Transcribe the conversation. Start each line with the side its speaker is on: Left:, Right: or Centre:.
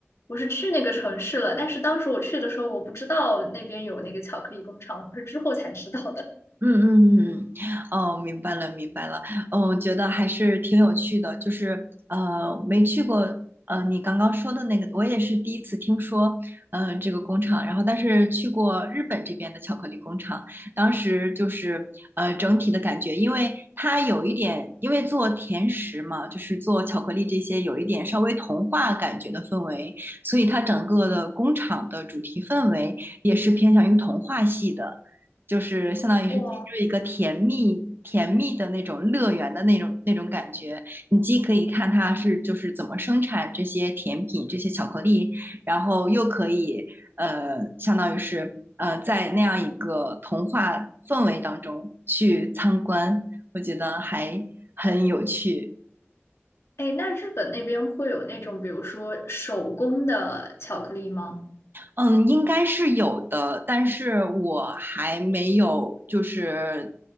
Left: 我是去那个城市了，但是当时我去的时候我不知道那边有那个巧克力工厂，我是之后才知道的。
Right: 嗯嗯嗯，嗯哦，明白了明白了，哦，我觉得还是挺有趣的，就是呃，没去过，呃，你刚刚说的那个，我也是第一次听说，呃，这个工厂，然后但是去过日本这边的巧克力工厂，当时就是呃，整体的感觉，因为它有一点，因为做甜食嘛，就是做巧克力这些，有一点稍微童话感觉的氛围，所以它整个的工厂的主题氛围也是偏向于童话系的。就是相当于是进入一个甜蜜甜蜜的那种乐园的那种那种感觉。
Left: <laughs> 哇，
Right: 你既可以看它是就是怎么生产这些甜品、这些巧克力，然后又可以呃，相当于是呃，在那样一个童话氛围当中去参观，我觉得还很有趣。
Left: 哎，那日本那边会有那种比如说手工的巧克力吗？
Right: 嗯，应该是有的，但是我还没有就是